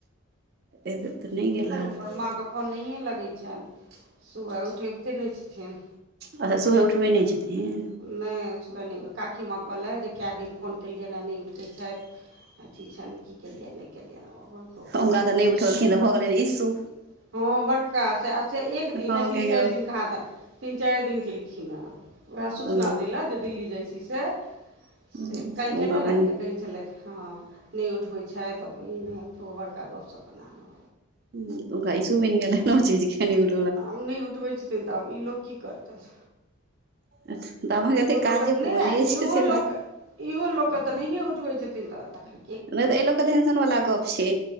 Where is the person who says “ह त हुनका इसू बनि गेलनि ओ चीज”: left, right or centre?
Right